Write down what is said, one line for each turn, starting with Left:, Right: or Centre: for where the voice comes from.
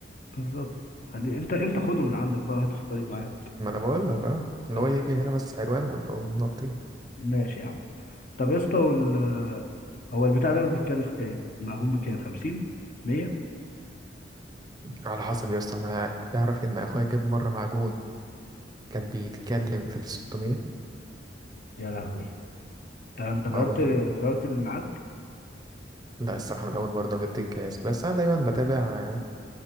Left: بالظبط خليه انت انت خده من عندك بقى وهاته في الطريق معاك
Right: ما انا بقول لك اه اللي
Left: اه
Right: هو يجي هنا بس حلوان ونقوم نطين
Left: ماشي يا عم طب يا اسطى وال... هو البتاع ده بيتكلف كام المعجون بكام 50 100
Right: على حسب يا اسطى انا تعرف ان اخويا جاب مره معجون كان بيتكلم في ال 600
Left: يا لهوي انت انت غيرت
Right: معجون
Left: غيرت اللي معاك
Right: لا الصراحه من اول برضه جبت الجهاز بس انا دايما بتابع